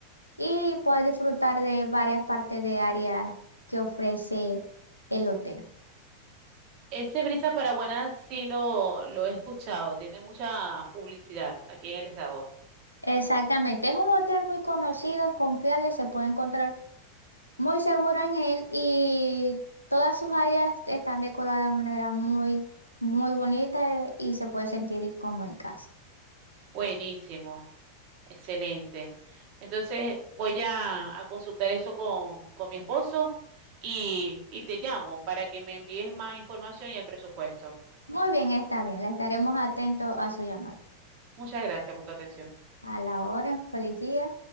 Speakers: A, on the left; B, on the right.
A: y puedes disfrutar de varias partes de áreas que ofrece el hotel.
B: Ese Brisa Paraguaná sí lo, lo he escuchado. Tiene mucha publicidad aquí en el estado.
A: Exactamente, es un hotel muy conocido, es confiable, se puede encontrar muy seguro en él y todas sus áreas están decoradas de manera muy, muy bonita eh, y se puede sentir como en casa.
B: Buenísimo, excelente. Entonces voy a, a consultar eso con, con mi esposo y, y te llamo para que me envíes más información y el presupuesto.
A: Muy bien, está bien, le estaremos atentos a su llamado.
B: Muchas gracias por tu atención.
A: A la hora, feliz día.